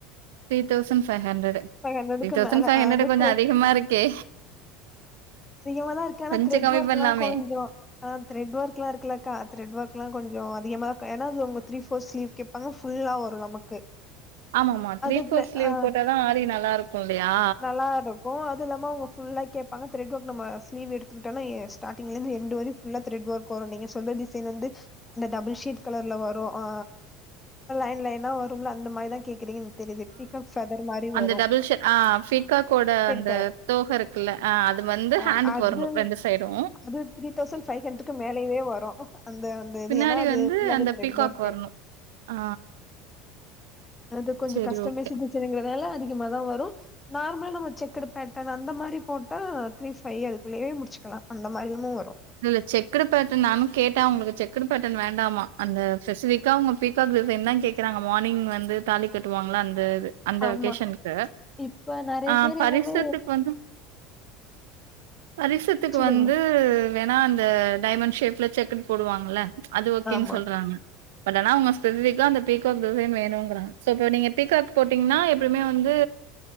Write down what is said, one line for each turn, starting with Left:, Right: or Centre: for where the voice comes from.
Right: three thousand five hundred
Left: five ஹண்ட்ரடுக்கு
Right: three தௌசண்ட்
Left: மேல
Right: பைவ்
Left: ஆ
Right: ஹண்ட்ரட்
Left: அது
Right: கொஞ்சோ
Left: த்ரே
Right: அதிகமா இருக்கே
Left: அதிகமாதா இருக்கு ஆனா
Right: கொஞ்சோ
Left: த்ரெட்
Right: கம்மி
Left: ஒர்க்லா
Right: பண்லாமே
Left: கொஞ்சோ ஆ த்ரெட் ஒர்க்லா இருக்குல்லக்கா த்ரெட் ஒர்க்லா கொஞ்சோ அதிகமாதா இருக்கு ஏனா அது அவுங்க த்ரீ ஃபோர் ஸ்லீவ் கேப் பாங்க ஃபுல்லா வரு நமக்கு
Right: ஆமா ஆமா த்ரீ
Left: அது
Right: ஃபோர்
Left: பிள
Right: ஸ்லீவ்
Left: ஆ
Right: போட்ட தா ஆரி நல்லா இருக்கு இல்லையா
Left: நல்லா இருக் கோ அது இல்லாம அவுங்க ஃபுல்லா கேப்பாங்க த்ரட் ஒர்க் நம்ம ஸ்லீவ்வ் எடுத்துக்கிட்டனோய்ய ஸ்டாட்டிங்லந்து எண்டு வரயு ஃபுல்லா த்ரெட் ஒர்க் வரு நீங்க சொல்ற டிசைன் வந்து அந்த டபுள் ஷேட் கலர்ல வரு ஆ லைன் லைனா வரும்ல அந்த மாரிதா கேக்குறீங்கன் என்க்கு தெரியிது பிக்காக் ஃபெதர் மாரி வ
Right: ந்த டபுள்ட் ஷேட் அ பிகாக்கோட அந்த
Left: க
Right: தோக இருக்குல்ல அ அது வந்து
Left: ஆ
Right: ஹேண்டுக்கு
Left: அது
Right: வர்ணு ரெண்டு சைடு
Left: அது த்ரீ தௌசண் ஃபைவ் ஹண்ட்ரக்கு மேலய்வே வரு அந்த அந்த இது
Right: பின்னாடி
Left: ஏனா அது
Right: வந்து
Left: ஃபுல்லாவே
Right: அந்த
Left: த்ரட்
Right: பீகாக்
Left: ஒர்க்கு
Right: வரணும். ஆ
Left: அது கொஞ்ச
Right: சரி
Left: கஷ்டமைஸ்
Right: ஓகே.
Left: ப்ரச்சனைங்கிறதால அதிகமாதா வரு நார்மலா நம்ம செக்குடு பேட்டன் அந்த மாரி போட்டா த்ரீ ஃபைவ் அதுக்குள்ளயே முடிச்சுக்கலா அந்த மாரிமு வரு
Right: இல்ல செக்குடு பேட்டன் நானு கேட்டே அவுங்களுக்கு செக்குடு பேட்டன் வேண்டாமா அந்த ஸ்பெசிஃபிகா அவுங்க பீக்காக் டிசைன் தா கேக்றாங்க மானிங் வந்து தாலி கட்டுவாங்ளா அந்த இது அந்த
Left: ஆமா
Right: வெக்கேஷன்க்கு
Left: இப்ப நெறைய
Right: ஆ
Left: பேர்
Right: பரிசத்துக்கு
Left: எல்லாமே
Right: வந்து பரிசத்துக்கு
Left: சொல்லுங்க
Right: வந்து வேணா அந்த டைமண் ஷேப்ல செக்ட் போடுவாங்கள்ல அது ஓக்கேன்
Left: ஆமா.
Right: சொல்றாங்க பட் ஆனா அவுங்க ஸ்பெசிஃபிக்கா அந்த பீகாக் டிசை வேணுங்றாங் சோ அப்ப நீங்க பீகாக் போட்டீங்னா இப்பமே வந்து